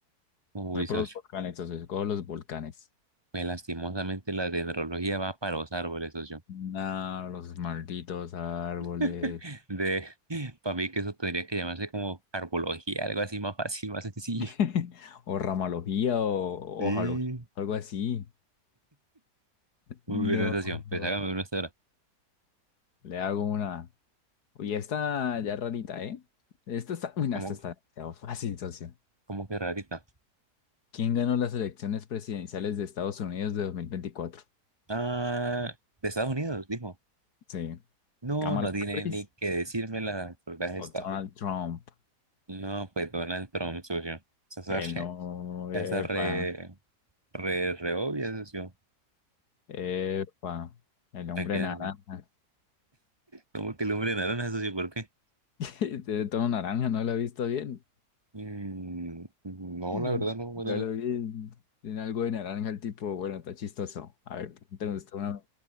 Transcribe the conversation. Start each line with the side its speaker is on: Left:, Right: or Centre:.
Right: Uy,
Left: Me voy por
Right: socio.
Left: los volcanes, entonces escojo los volcanes.
Right: Pues lastimosamente la dendrología va para los árboles, socio.
Left: Nah, los malditos árboles.
Right: <laughs> De, para mí que eso tendría que llamarse como arbología, algo así más fácil, más sencillo.
Left: <laughs> O ramalogía o
Right: Sí.
Left: hojalogía, algo así.
Right: Muy
Left: No.
Right: buena socio. Pues hágame una hasta ahora.
Left: Le hago una. Uy, esta ya rarita, ¿eh? Esta está. Uy, no,
Right: ¿Cómo,
Left: esta está demasiado fácil, socio.
Right: cómo que rarita?
Left: ¿Quién ganó las elecciones presidenciales de Estados Unidos de 2024?
Right: Ah, de Estados Unidos, dijo.
Left: Sí.
Right: No,
Left: ¿Kamala
Right: no tiene
Left: Harris
Right: ni que decirme la verdad está.
Left: o Donald Trump?
Right: No, pues Donald Trump, socio. Esa es
Left: El
Right: re,
Left: no,
Right: esa
Left: epa,
Right: es re, re, re obvia, socio.
Left: epa, el hombre
Right: La que-
Left: naranja.
Right: ¿Cómo que el hombre naranja, socio? ¿Por qué?
Left: <laughs> Tiene tono naranja, no lo he visto bien.
Right: Mm, no,
Left: <clears throat>
Right: la verdad no puedo.
Left: Yo lo vi, tiene algo de naranja el tipo, bueno, está chistoso. A ver, pregúntame usted una.